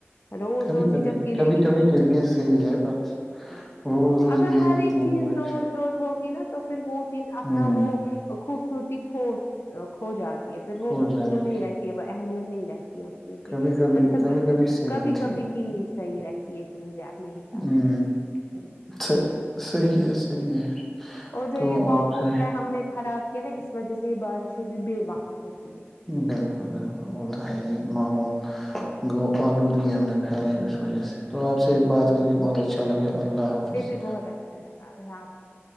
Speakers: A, on the left; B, in the centre.
A: روز
B: کبھی
A: روز
B: کبھی
A: ہی جب گرے
B: کبھی
A: گی
B: کبھی کے لیے صحیح ہے پر
A: ہ
B: روز روز
A: اگر
B: گرے
A: ہر
B: گی
A: ایک
B: تیز
A: چیز
B: بارش
A: روز روز ہوگی نا تو تو پھر وہ چیز
B: ہ
A: اپنا وہ خوبصورتی کھو کھو جاتی ہے پھر وہ
B: ہو
A: اس
B: جاتی
A: کی وہ نہیں رہتی ہے اہمیت نہیں رہے اس چین کی
B: کبھی کبھی
A: تو سب
B: کبھی صحیح
A: کبھی
B: ہے
A: کبھی
B: ٹھیک
A: ہی صحیح رہتی ہے چین سے اپنے حساب
B: ہوں
A: سے
B: صحیح صحیح ہے صحیح ہے
A: اور جو
B: تو
A: یہ ماحول
B: آپ سے
A: ہے ہم نے خراب کیا نا اس وجہ سے یہ بارشیں بھی بے وقت ہوتی ہے
B: بالکل بالکل وہ تو ہے ہی محول <unintelligible> گو آلودگی حمیت پیرائی میں اس سوچس تو آپ سے
A: جی
B: بات کر کے بہت اچھا لگے اللہ حافظ
A: مجھے بھی بہت اچھا لگا اللہ حافظ